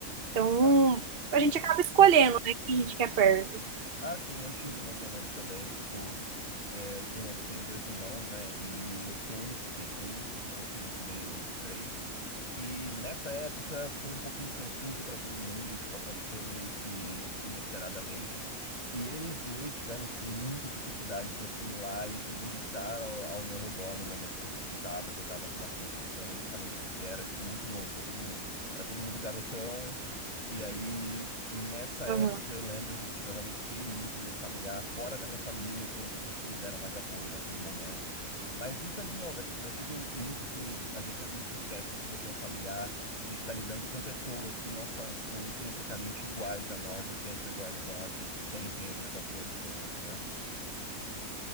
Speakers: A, on the right; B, on the left.
A: Então,
B: Ah,
A: a gente acaba escolhendo, né, quem a gente quer perto.
B: ah, sim, eu tive meus momentos também, tipo, é, de novo, eu tenho dois irmãos, né, e eu sou o único que tem filhos, eu sou o filho do meio entre três, e nessa época foi um pouquinho confuso para todo mundo, tipo, aconteceu meio que inesperadamente, e eles dois tiveram, tipo, muita dificuldade de assimilar, e inclusive estar ao, ao meu redor no momento que eu precisava, que eu tava com uma criança pequena, justamente porque era, tipo, muito novo para todo mundo. Era todo mundo garotão, e aí Nessa época,
A: Aham.
B: eu lembro de que, tipo, eu realmente criei um núcleo familiar fora da minha família, que foram pessoas que me deram mais apoio naquele momento. Mas isso é, de novo, é, tu- é tudo muito fluido. A gente, às vezes, esquece que, por ter um familiar, a gente está lidando com pessoas que não são, tipo, intrinsecamente iguais a nós, ou pensam iguais a nós, ou sentem as mesmas coisas que a gente, né?